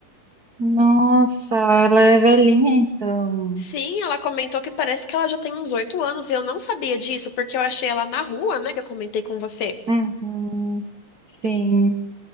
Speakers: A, on the right; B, on the left.
A: Nossa, ela é velhinha então.
B: Sim, ela comentou que parece que ela já tem uns oito anos e eu não sabia disso, porque eu achei ela na rua, né, que eu comentei com você.
A: Uhum, Sim.